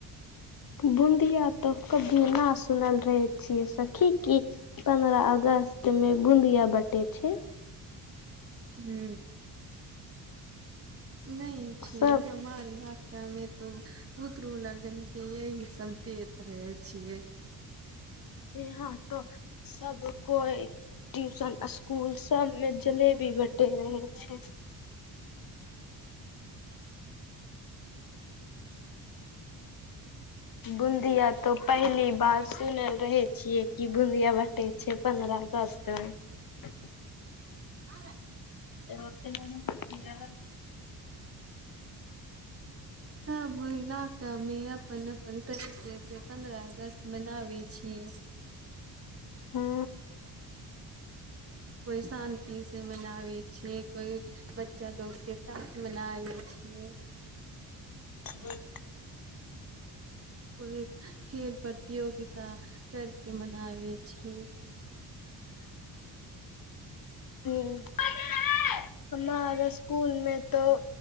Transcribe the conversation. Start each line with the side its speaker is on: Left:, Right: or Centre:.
Left: बुंदिया तो कभी ना सुनल रहे छियै सखी की पन्द्रह अगस्त मे बुंदिया बटे छै
Right: हू नहि छै
Left: सब
Right: हमर इलाका में तो बुतरू लोगन के यही सब देत रहे छिये
Left: यहां तऽ सब कोइ ट्यूशन स्कूल सब में जलेबी बटे रहे छै बूंदिया तो पहली बार सुनल रहे छियै कि बूंदिया बटै छ पन्द्रह अगस्त के
Right: हाॅ
Left: <unintelligible>
Right: सब इलाका मे अपन अपन तरीके से पन्द्रह अगस्त मनावे छियै
Left: हँ
Right: कोइ शान्ति से मनाबै छै कोइ बच्चा लोकगके साथ मनाबै छै
Left: हं
Right: को खेल प्रतियोगिता करके मनाबै छै
Left: हं हमार स्कुलमे तऽ